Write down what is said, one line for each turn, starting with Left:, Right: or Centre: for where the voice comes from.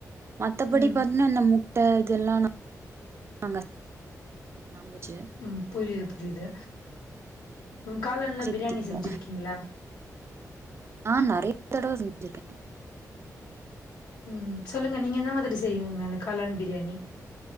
Right: மத்தபடி
Left: ம்,
Right: பாத்தீனா நம்மோ முட்ட இதெல்லா நா நாங்க நான்வெஜ்ஜு
Left: ம் புரியுது புரியுது காளான்ல
Right: சேத்திக்குவோ
Left: பிரியாணி செஞ்சிருக்கீங்களா
Right: ஆ நெறைய தடவ செஞ்சிருக்கே
Left: ம் சொல்லுங்க
Right: ஆமா
Left: நீங்க எந்த மாதிரி செய்வீங்க இந்த காளான் பிரியாணி